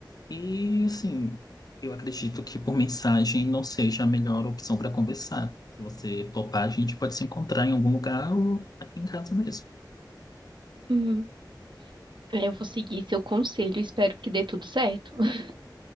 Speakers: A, on the left; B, on the right.
A: e assim, eu acredito que por mensagem não seja a melhor opção para conversar. Se você topar, a gente pode se encontrar em algum lugar ou aqui em casa mesmo.
B: Uhum. É, Eu vou seguir seu conselho. Espero que dê tudo certo. <laughs>